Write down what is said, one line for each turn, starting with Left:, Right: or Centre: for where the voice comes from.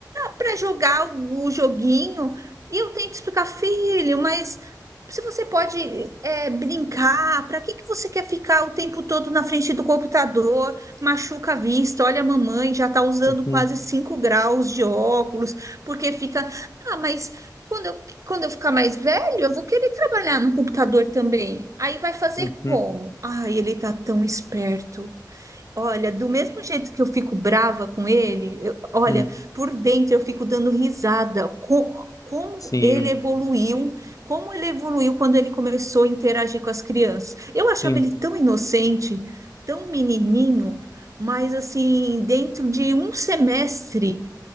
Right: para jogar o, o joguinho. E eu tento explicar, filho, mas se você pode é, brincar, para que, que você quer ficar o tempo todo na frente do computador? Machuca a vista, olha a mamãe, já está usando
Left: uhum,
Right: quase 5 graus de óculos, porque fica. Ah, mas quando eu, quando eu ficar mais velho, eu vou querer trabalhar no computador também. Aí vai fazer
Left: uhum,
Right: como? Ai, ele tá tão esperto. Olha, do mesmo jeito que eu fico brava com ele, eu- olha,
Left: uhum,
Right: por dentro eu fico dando risada. Co- como
Left: sim,
Right: ele evoluiu, como ele evoluiu quando ele começou a interagir com as crianças. Eu achava
Left: sim.
Right: ele tão inocente, tão menininho, mas assim, dentro de um semestre,